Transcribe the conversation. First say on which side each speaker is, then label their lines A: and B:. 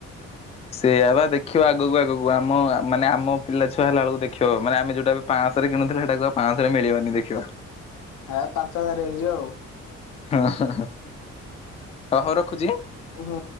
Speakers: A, on the left; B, on the left.
A: ସେଇଆ ବା ଦେଖିବ ଆଗକୁ ଆଗକୁ ଆମ ଆ, ମାନେ ଆମ ପିଲା ଛୁଆ ହେଲା ବେଳକୁ ଦେଖିବ, ମାନେ ଆମେ ଯୋଉଟା ଏବେ ପାଁଶରେ କିଣୁଥିଲେ ସେଟାକୁ ଆଉ ପାଁଶରେ ମିଳିବନି ଦେଖିବ।
B: ଏ ପାଞ୍ଚ ହଜାର ହେଇଯିବ ଆଉ।
A: ହଁ, ହଁ, ହଁ ହୋ ହଉ ରଖୁଚି।
B: ହଁ।